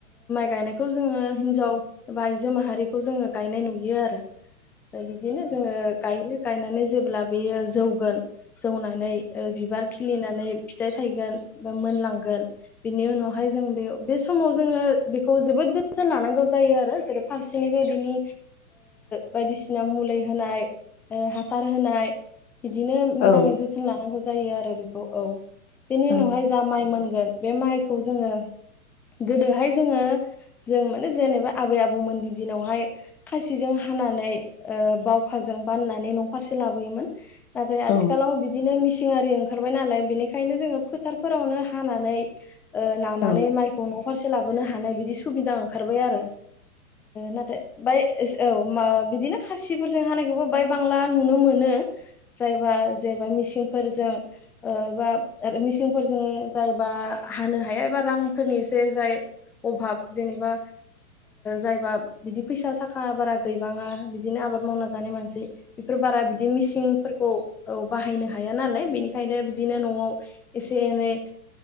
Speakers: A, in the centre; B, on the left.
A: गायनायखौ जोङो हिन्जाव एबा आइजो माहारिखौ जोङो गायनाय नुयो आरो बिदिनो जोङो गायो गायनानै जेब्ला बेयो जौगोन जौनानै बिबार खिलिनानै फिथाइ थायगोन मोनलांगोन बेनि उनावहाय जों बे बे समाव जोङो बेखौ जोबोद लानांगौ जायो आरो जेरै फारसेनिफाय बिनि बायदिसिना मुलि होनाय हासार होनाय बिदिनो मोजाङै
B: औ औ
A: जोथोन लानांगौ जायो आरो बेखौ औ बेनि
B: औ
A: उनावहाय जा माइ मोनगोन बे माइखौ जोङो गोदोहाय जोङो जों माने जेनेबा आबै आबौमोननि दिनावहाय खासिजों हानानै बावखाजों बाननानै न' फारसे लाबोयोमोन नाथाय
B: गोदो
A: आथिखालाव बिदिनो मिसिन नारि ओंखारबाय नालाय बेनिखायनो जोङो फोथारफोरावनो हानानै नानानै
B: औ
A: माइखौ न' फारसे लाबोनो हानाय बिदि सुबिदा ओंखारबाय आरो नाथाय बाय औ बिदिनो खासिफोरजों हानायखौबो बाय बांला नुनो मोनो जायबा जेन'बा मिसिन बा मिसिनफोरजों जायबा हानो हाया एबा रांफोरनि जे जाय अभाब जेनेबा जायबा बिदि फैसा थाखा बारा गैबाङा बिदिनो आबाद मावना जानाय मानसि बेफोर बारा बिदि मिसिनफोरखौ औ बाहायनो हाया नालाय बेनिखायनो बिदिनो न'आव एसे एनै